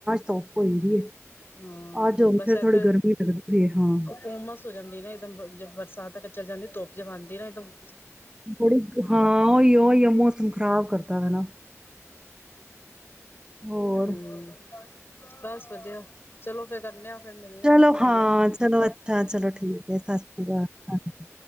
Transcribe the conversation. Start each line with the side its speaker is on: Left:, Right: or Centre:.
Right: ਧੁੱਪ ਹੋਈ ਦੀ ਏ
Left: ਹਾਂ
Right: ਅੱਜ ਹੁਣ
Left: ਬਸ
Right: ਫਿਰ
Left: ਐ
Right: ਥੋੜੀ
Left: ਫੇਰ
Right: ਗਰਮੀ ਲੱਗਦੀ ਪਈ ਏ ਹਾਂ
Left: ਉਮਸ ਹੋ ਜਾਂਦੀ ਨਾ ਇੱਕਦਮ ਜੇ ਬਰਸਾਤ ਤੱਕ ਚਲ ਜਾਂਦੀ। ਧੁੱਪ ਜਮਉਂਦੀ ਨਾ ਇਕਦਮ
Right: ਬੜੀ ਹਾਂ ਉਹੀ ਉਈ ਆ ਮੌਸਮ ਖ਼ਰਾਬ ਕਰਦਾ। ਤਾ ਨਾ। ਹੋਰ
Left: ਹਮ। ਬਸ ਵਧੀਆ ਚਲੋ ਫੇਰ ਕਰਨੇ ਆ। ਫਿਰ ਮਿਲਣੇ ਆ
Right: ਚਲੋ
Left: ਲਾਣੇ
Right: ਹਾਂ
Left: ਆ
Right: ਚਲੋ ਅੱਛਾ ਚਲੋ ਠੀਕ ਹੈ, ਸਤਿ ਸ੍ਰੀ ਅਕਾਲ ਹਾਂ।